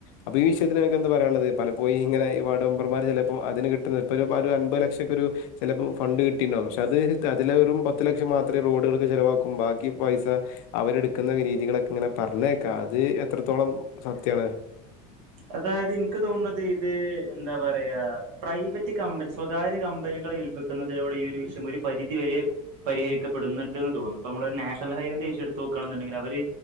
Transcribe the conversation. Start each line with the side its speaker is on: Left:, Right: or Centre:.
Left: അപ്പൊ ഈ വിഷയത്തിൽ നിങ്ങക്കെന്താ പറയാള്ളത്, പലപ്പോഴും ഇങ്ങനെ ഈ വാർഡ് മെമ്പർമാർ ചെലേപ്പോ അതിന് കിട്ടുന്നത് ഇപ്പ ഒരു അൻമ്പത് ലക്ഷക്കൊ ഒരു ചിലേപ്പം ഫണ്ട് കിട്ടീണ്ടാവും. പക്ഷെ അത് അതിൽത്തെ വെറും പത്തു ലക്ഷം മാത്രേ റോഡുകൾക്ക് ചെലവാക്കും ബാക്കി പൈസ അവരെടുക്കുന്ന രീതികളൊക്കെ ഇങ്ങനെ പറഞ്ഞേക്കാ അത് എത്രത്തോളം സത്യാണ്?
Right: അതായത് ഇൻക്ക് തോന്നുന്നത് ഇത് എന്താ പറയാ പ്രൈവറ്റ് കമ്പനി സ്വകാര്യ കമ്പനികളെ ഏൽപ്പിക്കുന്നതിലൂടെ ഈ ഒരു വിഷയം ഒരു പരിധി വരെ പരിഹരിക്കപ്പെടുന്നുണ്ട്ന്ന് തോന്നുന്നു. അപ്പൊ നമ്മള് ഒരു നാഷണൽ ഹൈവേന്റെ വിഷയം എടുത്ത് നോക്കുകയാണെന്നുണ്ടെങ്കിൽ അവര്